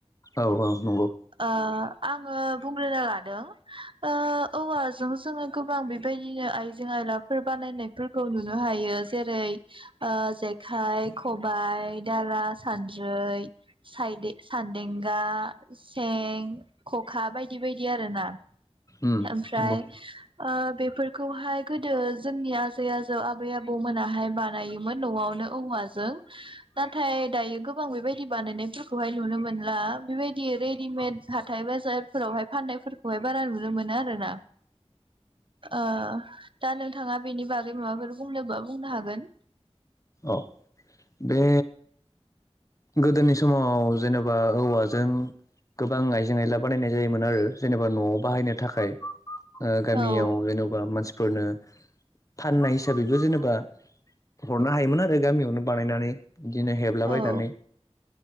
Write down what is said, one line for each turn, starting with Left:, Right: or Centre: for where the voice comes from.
Left: औ औ नंगौ।
Right: ओ आङो बुंग्रोनो लादों ओ औवाजों जोङो गोबां बेबायदिनो आइजें आय लाफोर बानायनायफोर खौ नुनो हायो जेरै ओ जेखाइ खबाइ दारा सान्द्रै- द्रै सायदे सानदेंगा सें खखा बायदि बायदि आरो ना
Left: उम
Right: ओमफ्राय
Left: नंगौ
Right: ओ बेफोरखौहाय गोदो जोंनि आजै आजौ आबै आबौ मोनाहाय बानायोमोन न'आवनो औवाजों नाथाय दायो गोबां बेबायदि बानायनायफोरखौहाय नुनो मोनला बेबायदि रेडिमेड हाथाय बाजारफोरावहाय फानाय फोरखौ हाय बारा नुनो मोनो आरोना ओ दा नोंथाङा बिनि बा गै माबाफोर बुंनोबा बुंनो हागोन।
Left: औ बे गोदोनि समाव जेनेबा औवाजों गोबां आइजें आयला बानायनाय जायोमोन आरो जेनेबा न'आव बाहायनो थाखाय ओ गामियाव
Right: औ
Left: जेन'बा मानसिफोरनो फाननाय हिसाबैबो जेनेबा हरनो हायोमोन आरो गामियावनो बानायनानै बिदिनो हेबलाबायनानै
Right: औ